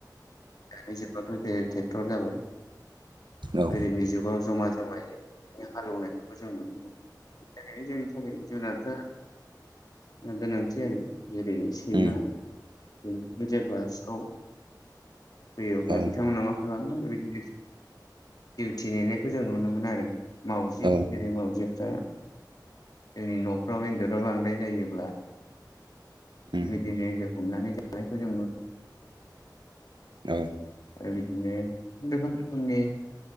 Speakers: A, on the left; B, on the right.
A: दानि जुगावथ' बे ट्रेक्टर जाबाय
B: औ
A: गोदोनि जुगाव जमा जमायै हालेवनायखौ जों नुनो मोनोनो जोंनि थाखाय जुनारफ्रा गोनांथि आरो जेरै सैमा
B: उम
A: सैमो जेब्ला सिखाव होयोब्ला
B: औ
A: बिथांमोना मा खालामो बिदिनो दिउटि लिरनायखौ जों नुनो मोनो आरो मावउजि
B: औ
A: जेरै मावउजिफ्रा जोंनि न'फ्राव एन्जराव बांद्राय जायोब्ला
B: उम
A: बिदिनो हमनानै जानायखौ जों नुनो
B: औ
A: आरो बिदिनो रोखोम रोखोमनि